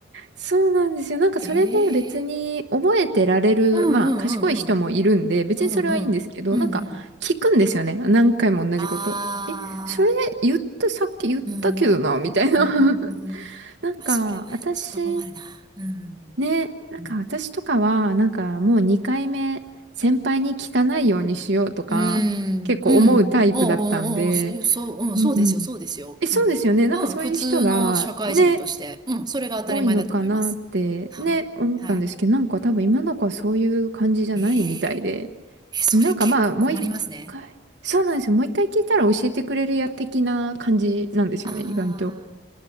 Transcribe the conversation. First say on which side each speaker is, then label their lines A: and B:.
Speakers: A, on the right; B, on the right.
A: そうなんですよ。なんかそれで別に覚えてられる、
B: ええーうんうんうんうん。
A: まあ賢い人もいるんで、別にそれはいいんですけど、
B: うんうん。うんうん。
A: なんか聞くんですよね。何回も同じこと。
B: ああ、
A: え、それ言った、さっき言ったけどな、
B: うんうん。
A: みたいな。
B: うんうんうん。
A: <laughs> なんか、
B: あ、それはちょっと困るな。
A: 私、
B: うん。
A: ね、なんか私とかは、
B: うん。
A: なんかもう2回目、先輩に聞かないようにしようとか、
B: うんうん。
A: 結構思うタイプだったんで、
B: おうおうおう、そういう、そう、うん、
A: うん。
B: そうですよ、そうですよ。
A: え、そうですよね。
B: うん。
A: なんかそういう人が、
B: うん、普通の社会人として、
A: ね、
B: うん、それが当たり前だと思います。
A: 多いのかなって、
B: はい。
A: ね、思ったんですけど、
B: は
A: なんか多分今の子はそういう感じじゃないみたいで、
B: い。えーえそれ結構困りますね。
A: なんかまあ、もう一回、そうなんですよ。もう一回聞いたら教えてくれるや、的な感じなんですよね、
B: ああ、
A: 意外と。